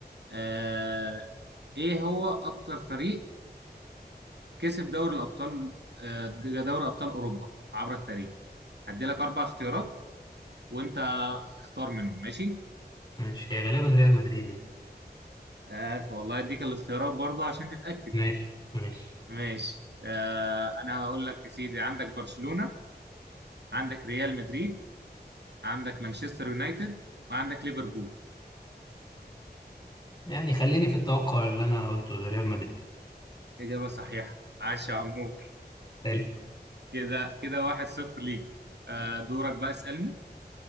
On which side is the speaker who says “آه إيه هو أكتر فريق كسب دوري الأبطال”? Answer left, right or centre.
Right